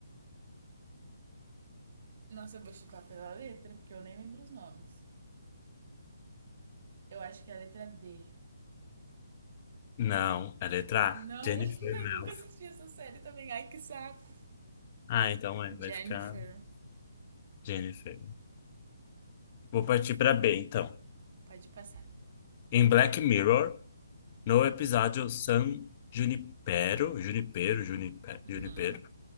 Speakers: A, on the right; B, on the left.
A: Nossa, eu vou chutar pela letra, porque eu nem lembro os nomes. Eu acho que é a letra D.
B: Não, é letra
A: Não,
B: A. Jennifer
A: <laughs> eu
B: Melfi.
A: nunca assisti essa série também. Ai, que saco.
B: Ah, então é,
A: Jennifer.
B: vai ficar Jennifer. Vou partir para B, então.
A: Pode passar.
B: Em Black Mirror. No episódio San Junipero, Junipero, Junipero, Junipero,
A: Hum,